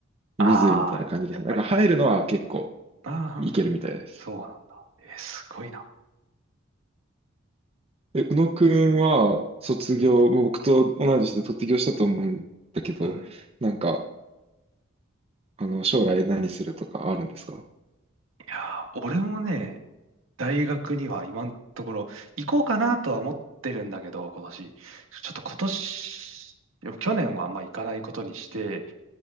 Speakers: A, on the right (about 75°); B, on the right (about 30°).
A: ああ、
B: むずいみたいな感じですね。
A: やっぱり。
B: なんか入るのは結構
A: ああ、
B: いけるみたいです。
A: うんうん。そうなんだ。えー、すごいな。
B: え、宇野くんは卒業、
A: うん、
B: もう僕と同い年で卒業したと思うんだけど、
A: うん。
B: なんか、あの、将来何するとかあるんですか
A: いやー、俺もね、大学には今のところ行こうかなとは思ってるんだけど、今年。ちょっと今年、でも去年はあんま行かないことにして、